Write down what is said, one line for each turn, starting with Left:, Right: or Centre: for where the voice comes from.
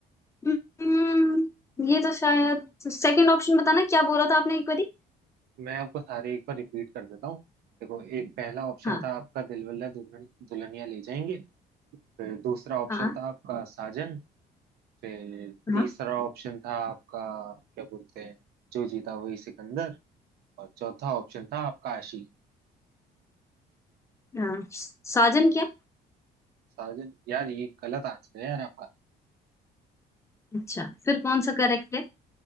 Left: हम्म, ये तो शायद सेकंड ऑप्शन बताना क्या बोला था आपने एक बारी
Right: मैं आपको सारे एक बार रिपीट कर देता हूँ देखो एक पहला ऑप्शन
Left: हाँ
Right: था आपका दिलवाले दुल्हन दुल्हनिया ले जाएंगे फिर दूसरा ऑप्शन
Left: हाँ
Right: था आपका साजन फिर तीसरा
Left: हाँ
Right: ऑप्शन था आपका क्या बोलते हैं जो जीता वही सिकंदर और चौथा ऑप्शन था आपका आशिक
Left: हाँ साजन क्या
Right: साजन यार ये गलत आंसर है यार आपका
Left: अच्छा फिर कौन सा करेक्ट है